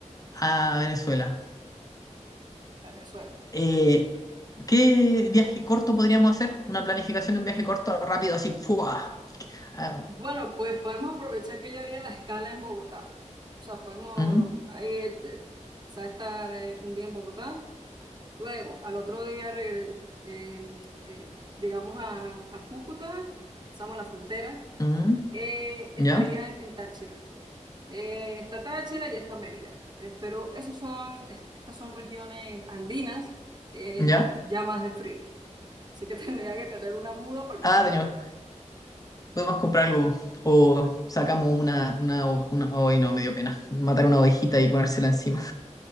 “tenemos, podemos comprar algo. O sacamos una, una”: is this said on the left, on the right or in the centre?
Left